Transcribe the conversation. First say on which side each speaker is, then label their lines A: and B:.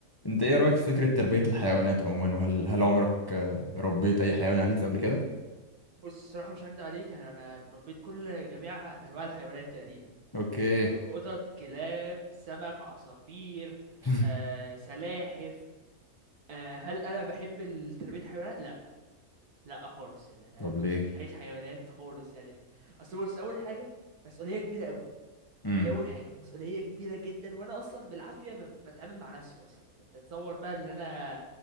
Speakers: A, on the left; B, on the right.
A: انت ايه رأيك في فكرة تربية الحيوانات عموما وهل هل عمرك آه، ربيت اي حيوان أليف قبل كده؟
B: بص الصراحة مش هكدب عليك يعني أنا ربيت كل جميع أنواع الحيوانات تقريبا
A: اوكي
B: يعني آه، قطط كلاب سمك عصافير
A: <laughs>
B: آه، سلاحف آه، هل أنا بحب ال- تربية الحيوانات؟ لأ لأ خالص يعني أنا
A: طب
B: أنا
A: ليه
B: مش مش عايز حيوانات خالص يعني أصل بص أول حاجة مسؤولية كبيرة أوي
A: امم
B: دي اول حاجه مسؤوليه كبيره جدا وانا اصلا بالعافيه ب- بتعامل مع نفسي اصلا انت تصور بقى ان انا